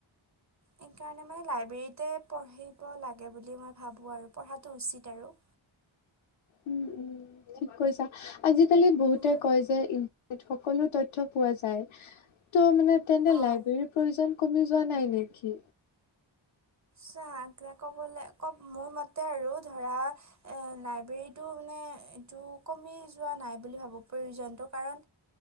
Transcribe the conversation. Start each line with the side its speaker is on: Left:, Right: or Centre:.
Right: সেইকাৰণে মানে লাইব্ৰেৰীতে পঢ়িব লাগে বুলি মই ভাবোঁ আৰু পঢ়াটো উচিত আৰু।
Left: উম উম ঠিক কৈছা আজিকালি বহুতে
Right: উম।
Left: কয় যে ইন সকলো তথ্য পোৱা যায় ত' মানে তেন্তে
Right: অঁ
Left: লাইব্ৰেৰীৰ প্ৰয়োজন কমি যোৱা নাই। নেকি।
Right: চাহে কবলে ক মোৰ মতে আৰু ধৰা এ লাইব্ৰেৰীতটো মানে। এইটো কমি যোৱা নাই বুলি ভাবো প্ৰয়োজন কাৰণ